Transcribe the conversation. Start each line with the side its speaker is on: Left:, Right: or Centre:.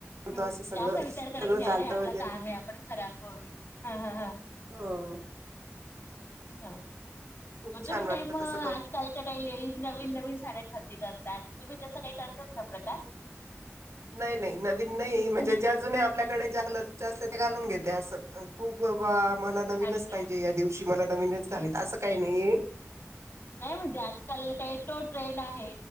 Right: करतो
Left: हं
Right: असं सगळं
Left: असा विचार करत नाही
Right: सगळं
Left: की अरे
Right: घालतं
Left: आपलं
Right: वगैरे
Left: काम आहे आपण खराब होईल. हा हा हा
Right: हो.
Left: हा.
Right: खूप
Left: होत
Right: छान
Left: मी
Right: वाटतं
Left: काही मग
Right: तसं करून
Left: आजकालच्या काही लेडीज नवीन, नवीन साड्या खरेदी करतात. तुम्ही तसं काही करतात का प्रकार?
Right: नाही नाही. नवीन नाही म्हणजे जे अजुून आपल्याकडे ज्या कलर असते ते घालून घेते असं खूप बा मला नवीनच
Left: अच्छा.
Right: पाहिजे या दिवशी मला नवीन चालेल असं काही नाहीये‌
Left: नाही म्हणजे आजकाल काही तो ट्रेंड आहे